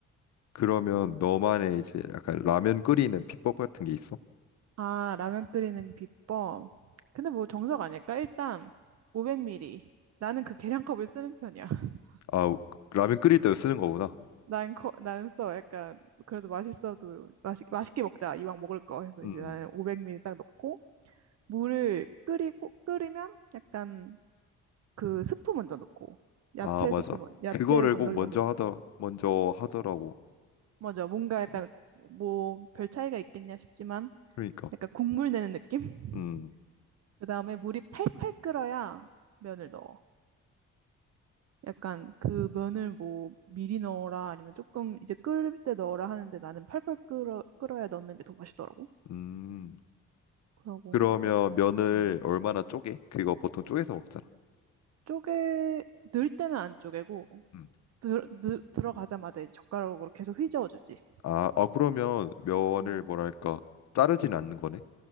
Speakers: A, on the left (about 60°); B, on the right (about 55°).
A: 그러면
B: 맞아.
A: 너만의
B: 음.
A: 이제 약간 라면 끓이는 비법 같은 게 있어?
B: 아, 라면 끓이는 비법. 근데 뭐 정석 아닐까? 일단 500ml. 나는 그 계량컵을 쓰는 편이야. <laughs>
A: 아, 라면 끓일 때 쓰는 거구나.
B: 난 커, 난 써. 약간 그래도 맛있어도 맛있, 맛있게 먹자. 이왕 먹을 거 해서
A: 음.
B: 이제 나는 500ml 딱 넣고 물을 끓이고 끓이면 약간 그 스프 먼저 넣고 야채
A: 아, 맞아.
B: 스프 먼 야채
A: 그거를
B: 건더기
A: 꼭 먼저
B: 먼저 넣고
A: 하더 먼저 하더라고.
B: 먼저 뭔가 약간
A: 어,
B: 뭐 별 차이가 있겠냐 싶지만
A: 그러니까.
B: 약간 국물 내는 느낌? <laughs>
A: 음.
B: 그 다음에 물이 팔팔 끓어야 면을 넣어. 약간 그 면을 뭐 미리 넣어라 아니면 조금 이제 끓일 때 넣어라 하는데 나는 팔팔 끓어, 끓어야 넣는 게 더 맛있더라고.
A: 음.
B: 그러고
A: 그러면
B: 뭐,
A: 면을
B: 음.
A: 얼마나 쪼개? 그거 보통 쪼개서 먹잖아.
B: 쪼개, 넣을 때는 안 쪼개고,
A: 음.
B: 들, 들, 들어가자마자 이제 젓가락으로 계속 휘저어주지.
A: 아, 아 그러면 면을
B: 음.
A: 뭐랄까? 자르진 않는 거네.